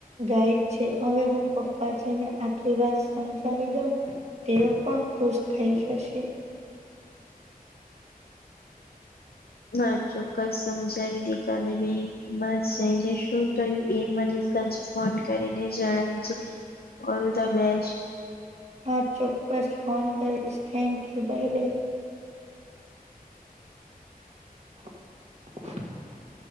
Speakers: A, on the right; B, on the left.
A: ગાઈડ છે હવે હું પપ્પાજીને આખી વાત સમજાવી દઉં. તેઓ પણ ખુશ થઈ જશે. <inaudible>
B: હા ચોક્કસ સમજાવી દે કાલે બેંકમાં જઈને શું થયું એમ મનેં સાંજે ફોન કરીને જણાવજે ઓલ ધ બેસ્ટ.
A: હા ચોક્કસ ફોન કરીશ થેન્ક યુ બાય બાય. <inaudible>